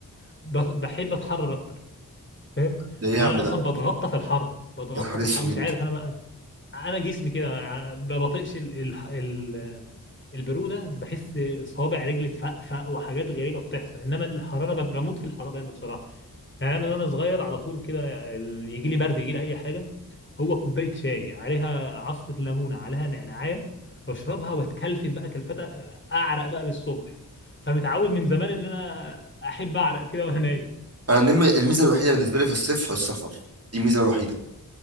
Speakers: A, on the left; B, on the right.
A: ب- بحب اتحرر اكتر فاهم
B: ده ايه
A: يعني
B: يا عم
A: انا
B: ده
A: اصلا بتغطى في الحر بتغطى
B: يا نهار
A: في
B: اسود
A: الحر مش عارف انا بقى انا جسمي كده ما بطيقش ال... ال... ال... البروده بحس صوابع رجلي تفقفق وحاجات غريبه بتحصل انما الحراره ب- بموت في الحراره انا بصراحه يعني انا من وانا صغير على طول كده ال- يجي لي برد يجي لي اي حاجه هو كوبايه شاي عليها عصره ليمونه عليها نعناعيه واشربها واتكلفت بقى كلفتها اعرق بقى للصبح فمتعود من زمان ان انا احب اعرق كده وانا نايم
B: انا النم- الميزه الوحيده بالنسبه لي في الصيف السفر دي الميزه الوحيده